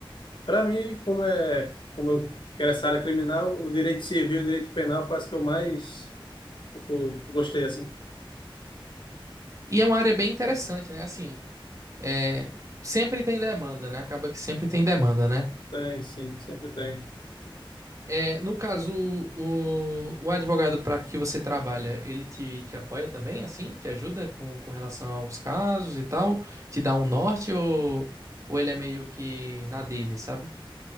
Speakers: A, on the left; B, on the right.
A: Para mim, como é, como eu quero essa área criminal, o direito civil e o direito penal faz que eu mais, tipo, gostei assim.
B: E é uma área bem interessante, né? Assim, é, sempre tem demanda, né? Acaba que sempre tem demanda, né?
A: Tem, sim, sempre tem.
B: É, no caso, o, o advogado para que você trabalha, ele te, te apoia também, assim? Te ajuda com, com relação aos casos e tal? Te dá um norte ou, ou ele é meio que na dele, sabe?